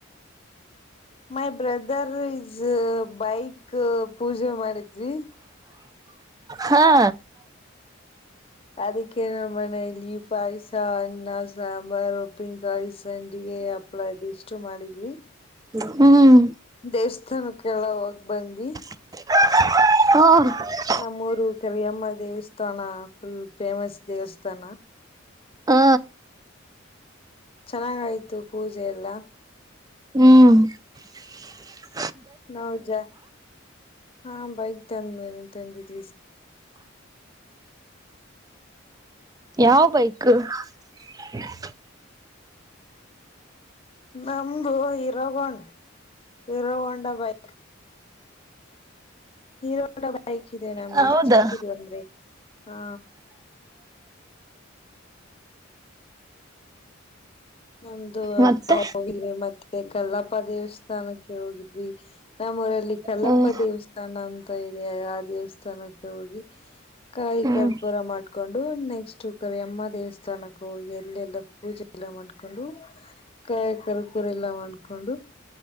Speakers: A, on the left; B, on the right.
A: my brother is bike ಪೂಜೆ ಮಾಡಿದ್ವಿ.
B: ಹಾ
A: ಅದಕ್ಕೆೇ ನಮ್ಮ ಮನೇಲಿ ಪಾಯಸ ಅನ್ನ ಸಾಂಬಾರ್ ಉಪ್ಪಿನಕಾಯಿ ಸಂಡಿಗೆ ಹಪ್ಳ ಇದ ಇಷ್ಟು ಮಾಡಿದ್ವಿ.
B: ಹ್ಮ
A: ದೇವಸ್ಥಾನಕ್ಕೆಲ್ಲ ಹೋಗ ಬಂದ್ವಿ.
B: ಹ್ಮ
A: ನಮ್ಮೂರು ಕರಿಯಮ್ಮ ದೇವಸ್ಥಾನ ಫುಲ್ ಫೇಮಸ್ ದೇವಸ್ಥಾನ.
B: ಹಾ
A: ಚೆನ್ನಾಗಯ್ತು ಪೂಜೆ ಎಲ್ಲ.
B: ಹ್ಮ
A: ನೌಜ ಹಾ ಬೈಕ್ ತಂದ ಮೇ ತಂದಿದ
B: ಯಾವ ಬೈಕ್. <inaudible>
A: ನಮ್ದು ಇರಗೊಂಡ್ ಇರಗೊಂಡ ಬಾಯ ಹೀರೋ ಹೋಂಡಾ ಬೈಕ್ ಇದೆ ನಮ್ದು
B: ಹೌದಾ
A: ಚಿಕ್ಕದು ಅಂದ್ರೆ ಹಾ ನಮ್ದು
B: ಮತ್ತೆ
A: ನಾವು ಹೋಗಿದ್ವಿ ಮತ್ತೆ ಕಲ್ಲಪ್ಪ ದೇವಸ್ಥಾನಕ್ಕೆ ಹೋಗಿದ್ವಿ. ನಮ್ಮೂರಲ್ಲಿ ಕಲ್ಲಪ್ಪ
B: ಹ್ಮ
A: ದೇವಸ್ಥಾನ ಅಂತ ಇದೆ ಆ ದೇವಸ್ಥಾನಕ್ಕ ಹೋಗಿ ಕಾಯಿ
B: ಹ್ಮ್
A: ಕರ್ಪೂರ ಮಾಡಕೊಂಡು ನೆಕ್ಸ್ಟ್ ಕರಿಯಮ್ಮ ದೇವಸ್ಥಾನಕ್ಕೂ ಹೋಗಿ ಅಲ್ಲೆಲ್ಲ ಪೂಜೆ ಎಲ್ಲಾ ಮಾಡ್ಕೊಂಡು ಕ ಕರ್ಪೂರ ಎಲ್ಲಾ ಮಾಡಕೊಂಡು